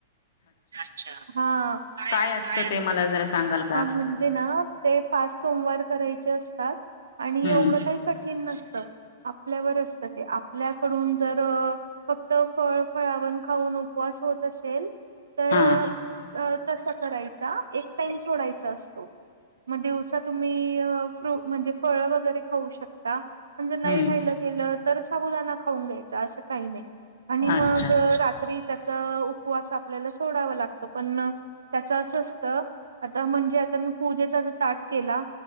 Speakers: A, on the right; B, on the left.
A: अच्छा हा काय काय
B: असतं
A: अस
B: ते मला जरा सांगाल का
A: म्हणजे ना, ते पाच सोमवार करायचे असतात आणि
B: हम्म
A: एवढं काही कठीण नसत. आपल्यावर असतं ते, आपल्याकडून जर फक्त फळ फळावण खाऊन उपवास होत असेल तर
B: हा
A: तस करायचा, एक टाईम सोडायचा असतो. म दिवसा तुम्ही फ्रु म्हणजे फळ वगैरे खाऊ शकता. पण जर नाही
B: हम्म
A: खायलं गेलं तर, साबुदाना खाऊन घ्यायचा असं काही नाही. आणि
B: अच्छा
A: मग अ रात्री त्याच उपवास आपल्याला सोडावा लागतो, पण त्याच असं असतं आता म्हणजे आता मी पूजेचा ज ताट केला